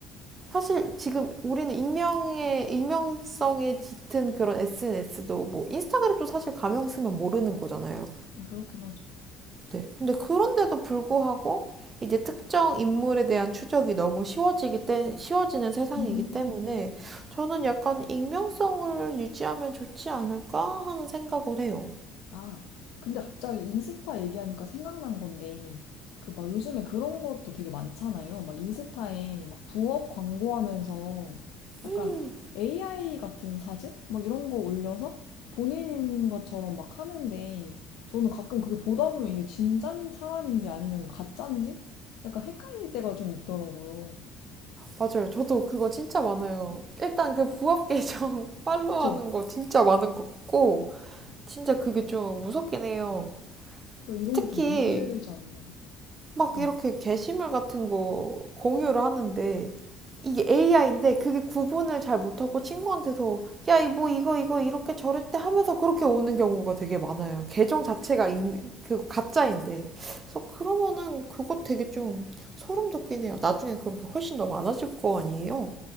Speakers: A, on the right (about 25°); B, on the left (about 80°).
A: 사실 지금 우리는 익명의 익명성에 짙은 그런 SNS도 뭐 인스타그램도 사실 가명 쓰면 모르는 거잖아요.
B: 그렇긴 하죠.
A: 네. 근데 그런데도 불구하고 이제 특정 인물에 대한 추적이 너무 쉬워지기 때 쉬워지는 세상이기
B: 음.
A: 때문에 저는 약간 익명성을 유지하면 좋지 않을까 하는 생각을 해요.
B: 아, 근데 갑자기 인스타 얘기하니까 생각난 건데, 그 막 요즘에 그런 것도 되게 많잖아요. 막 인스타에 막 부업 광고하면서 약간
A: 음,
B: AI 같은 사진? 막 이런 거 올려서 본인인 것처럼 막 하는데, 저는 가끔 그게 보다 보면 이게 진짠 사람인지 아니면 가짠지? 약간 헷갈릴 때가 좀 있더라고요.
A: 맞아요. 저도 그거 진짜 많아요. 일단 그 부업 계정 <laughs> 팔로우하는
B: 그쵸?
A: 거 진짜 많은 것 같고 진짜 그게 좀 무섭긴 해요.
B: 그러니까 이런
A: 특히
B: 게 좀 문제되지 않나.
A: 막
B: 네,
A: 이렇게 게시물 같은 거 공유를 하는데 이게 AI인데 그게 구분을 잘 못하고 친구한테서 야, 이 뭐 이거 이거 이렇게 저랬대 하면서 그렇게 오는 경우가 되게 많아요. 계정 자체가 그 가짜인데. 그래서 그러면은 그것 되게 좀 소름 돋긴 해요. 나중에 그런 게 훨씬 더 많아질 거 아니에요?